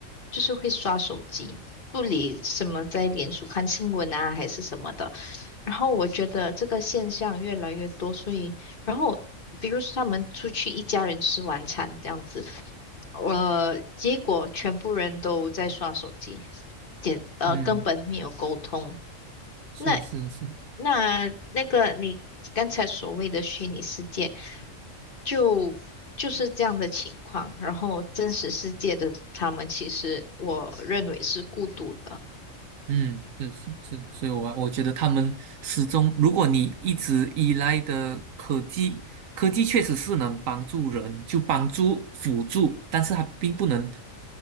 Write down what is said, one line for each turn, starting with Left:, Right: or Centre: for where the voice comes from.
Left: 就是会刷手机，不理什么在脸书看新闻啊，还是什么的。然后我觉得这个现象越来越多，所以，然后比如说他们出去一家人吃晚餐这样子，呃，结果全部人都在刷手机，点呃根本没有沟通。
Right: 嗯。是是是，
Left: 那那那个你刚才所谓的虚拟世界，就就是这样的情况。然后真实世界的他们，其实我认为是孤独的。
Right: 嗯，是是是，所以我我觉得他们始终，如果你一直依赖的科技，科技确实是能帮助人，就帮助辅助，但是它并不能